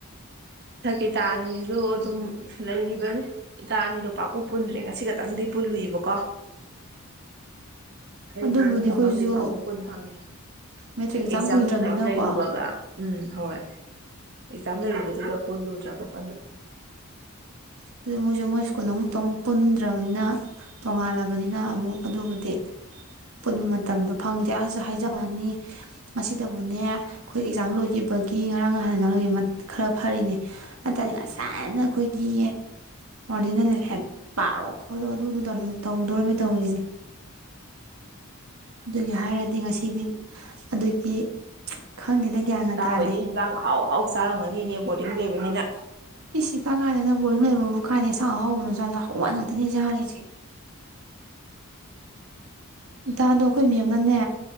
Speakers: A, on the right (about 50°); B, on the right (about 80°).
A: ꯃꯊꯛꯀꯤ ꯏꯇꯥ ꯑꯅꯤꯁꯤꯁꯨ ꯑꯗꯨꯝ ꯂꯩꯔꯤꯕꯅꯤ ꯏꯇꯥ ꯑꯅꯤꯗꯣ ꯄꯥꯛꯄꯨ ꯄꯨꯟꯗ꯭ꯔꯦ ꯉꯁꯤ ꯈꯛꯇꯪꯗꯤ ꯄꯨꯜꯂꯨꯏꯕꯀꯣ ꯑꯩ
B: ꯑꯗꯨꯕꯨꯗꯤ
A: ꯁꯟꯇꯃꯛꯇꯤ
B: ꯑꯩꯈꯣꯏꯁꯨ
A: ꯄꯥꯎꯈꯨꯝ ꯀꯨꯟ ꯐꯪꯗꯦ
B: ꯃꯦꯇ꯭ꯔꯤꯛ
A: ꯑꯦꯛꯖꯥꯝ
B: ꯀꯨꯏꯗ꯭ꯔꯕꯅꯤꯅꯀꯣ
A: ꯅꯨꯡꯖꯥꯝ ꯂꯩꯔꯨꯕꯒ ꯎꯝ ꯍꯣꯏ ꯑꯦꯛꯖꯥꯝ ꯂꯩꯗꯨꯗ ꯄꯨꯣꯜꯂꯨ ꯆꯒꯄꯅꯤ
B: ꯑꯗꯨꯗ ꯃꯣꯏꯁꯨ ꯃꯣꯏ ꯁ꯭ꯀꯨꯜ ꯑꯃꯛꯇꯪ ꯄꯨꯟꯗ꯭ꯔꯕꯅꯤꯅ ꯇꯣꯡꯉꯥꯜꯂꯕꯅꯤꯅ ꯑꯃꯨꯛ ꯑꯗꯨꯕꯨꯗꯤ ꯄꯨꯟꯕ ꯃꯇꯝꯗꯣ ꯐꯪꯗꯦ ꯑꯁꯨ ꯍꯥꯏꯖꯕꯅꯤ ꯃꯁꯤꯗꯕꯨꯅꯦ ꯑꯩꯈꯣꯏ ꯑꯦꯛꯖꯥꯝ ꯂꯣꯏꯈꯤꯕꯒꯤ ꯉꯔꯥꯡ ꯅꯍꯥꯟ ꯑꯦꯛꯖꯥꯝ ꯂꯣꯏꯈꯤꯕ ꯈꯔ ꯐꯔꯤꯅꯦ ꯑꯗꯨ ꯇꯔꯗꯤ ꯉꯁꯥꯏꯅ ꯑꯩꯈꯣꯏꯒꯤ ꯑꯣꯔꯤꯖꯤꯅꯦꯜ ꯍꯦꯛ ꯄꯥꯔꯣ ꯈꯣꯠꯂꯣ ꯑꯗꯨꯗꯨꯗꯧꯅ ꯇꯧꯗꯣꯔꯝꯅꯤ ꯇꯧꯔꯤꯁꯦ ꯑꯗꯨꯒꯤ ꯍꯥꯏꯔꯗꯤ ꯉꯁꯤꯗꯤ ꯑꯗꯨꯒꯤ ꯈꯪꯗꯦꯗ ꯒ꯭ꯌꯥꯟꯒ
A: ꯆꯥ
B: ꯇꯥꯗꯦ
A: ꯍꯣꯏꯗꯤ ꯍꯟꯖꯥꯡ ꯍꯥꯎ ꯍꯥꯎ ꯆꯥꯔꯝꯒꯅꯤꯅꯦꯕ ꯕꯣꯔꯗꯤꯡ ꯂꯩꯕꯅꯤꯅ
B: ꯄꯤꯁꯁꯤ ꯇꯥꯡ ꯀꯥꯏꯗꯅ ꯕꯣꯔꯤꯡ ꯂꯩꯕꯕꯨ ꯀꯥꯏꯗꯦ ꯆꯥꯛ ꯑꯍꯥꯎꯕ ꯆꯥꯁꯦ ꯍꯋꯥꯏ ꯉꯥꯛꯇꯅꯦ ꯁꯥꯔꯤꯁꯦ ꯏꯇꯥꯗꯣ ꯑꯩꯈꯣꯏ ꯃꯦꯝꯅꯅꯦ